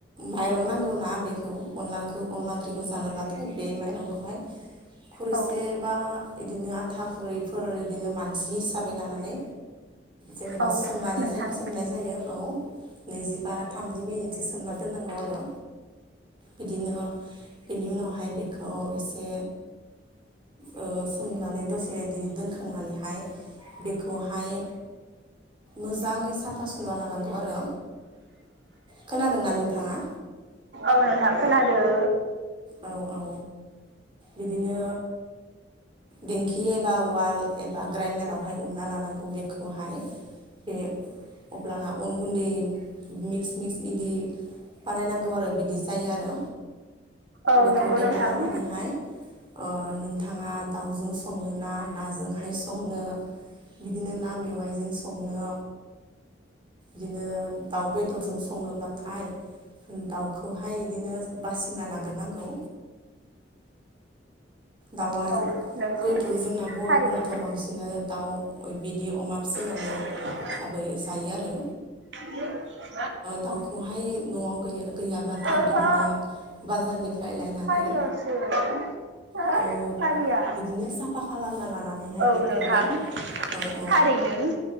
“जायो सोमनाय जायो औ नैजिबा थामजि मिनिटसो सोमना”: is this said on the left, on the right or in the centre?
Right